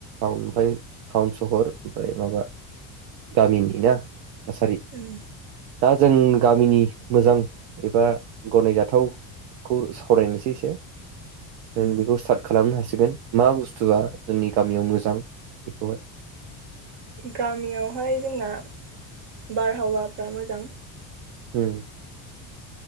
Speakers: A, on the right; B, on the right.
A: ओमफ्राय टाउन सहर ओमफ्राय माबा गामिनि ना थासारि
B: ओम
A: दा जों गामिनि मोजां एबा गनायजाथावखौ सावरायनोसै एसे नों
B: उम
A: बेखौ स्टार्ट खालामनो हासिगोन मिसिगोन मा बुस्थुआ जोंनि गामियाव मोजां बेखौहाय
B: गामियावहाय जोंना बारहावाफ्रा मोजां
A: होम